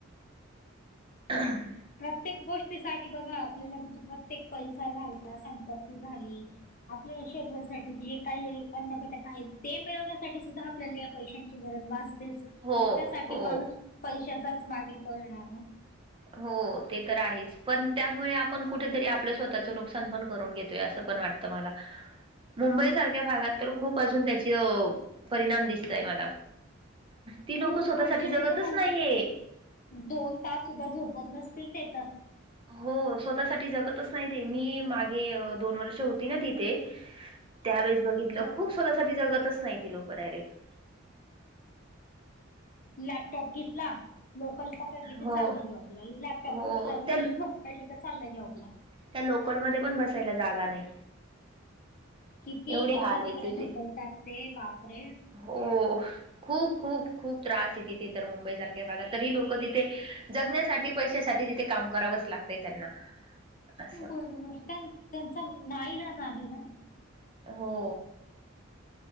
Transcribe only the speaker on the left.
प्रत्येक गोष्टीसाठी बघा आपल्याला म्हणजे प्रत्येक पैसा झाला संपत्ती झाली. आपल्या शरीरासाठी जे काही अन्न घटक आहेत ते मिळवण्यासाठी सुद्धा. आपल्याला या पैशांची गरज भासतेच.
त्यासाठी
माणूस पैशाचाच मागे पळणाराय
खूप
म्हणजे
मी तर म्हण
दोन तास सुद्धा झोपत नसतील तेथ.
हो
लॅपटॉप घेतला लोकल पकडले की
चाल जॉबला लॅपटॉप
घेतला लोकल.
वाडलं का चाललंय जेऊकला.
किती
इकड
तिकडे
ढकलतात ते. बापरे!
बरोबर त्यां त्यांचा नाईलाज आहे ना.